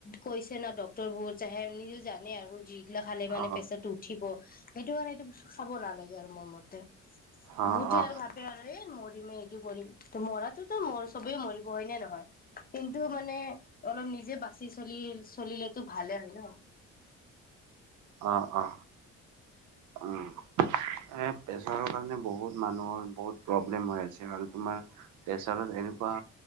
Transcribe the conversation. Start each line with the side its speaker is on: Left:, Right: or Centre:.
Left: কৈছে ন ডক্তৰ বোৰ চে নিজে জানে আৰু যি। ইগলা খালে মানে
Right: অ
Left: প্ৰেছাটো উঠিব। সেইটো মানে এইটো বস্তু খাব নালাগে আৰু মোৰ মতে।
Right: অ
Left: বহুতে
Right: অ
Left: আৰু ভাবে আৰু এই মোৰ। ৰিমে কৰিম মৰাটোতো চবেই মৰিব হয় নে নহয়। কিন্তু মানে অলপ নিজ যে বাচি চলি চলে তো ভালে হয় ন।
Right: অ - অ উম, এনে প্ৰেছোৰৰ কাৰণে বহুত মানুহৰ বহুত প্ৰব্লেম হয় আছে। আৰু তোমাৰ প্ৰেছাৰৰ এনেকুৱা